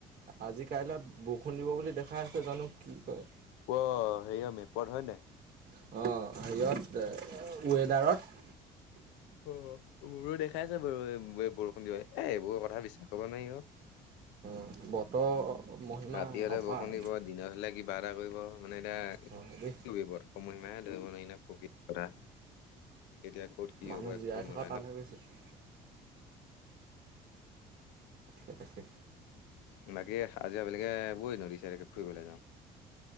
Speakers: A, on the right; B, on the left.
A: আজি কাইলে বৰষুণ দিব বুলি দেখাই আছে জানো কি কয়।
B: ৱ হেৰিয় মেপত হয় নাই।
A: অ' হেৰিয়ত, অ' ৱেডাৰত।
B: অ' মোৰো দেখাইছে বাৰু বৰষুণ দিব বুলি এ এইবোৰ কথা বিশ্বাস কৰিব নোৱাৰি অ'।
A: বতৰ মহিমা
B: ৰাতি হলে
A: অপাৰ
B: বৰষুণ দিব দিনত হলে কি কিবা এটা কৰিব মানে এতিয়া কি
A: হয় দেই
B: কৰিব এটো সময়সীমায়ে ধৰিব নোৱাৰি না। প্ৰকৃতিৰ কথা, কেতিয়া ক'ত কি
A: মানুহ
B: হ'ব একো
A: জীয়াই
B: গম নাপায় ন।
A: <unintelligible> তাকেহে।
B: বাকী আাজি আবেলিকে বৈ নদি সাইদে কে ফুৰিবলৈ যাওঁ।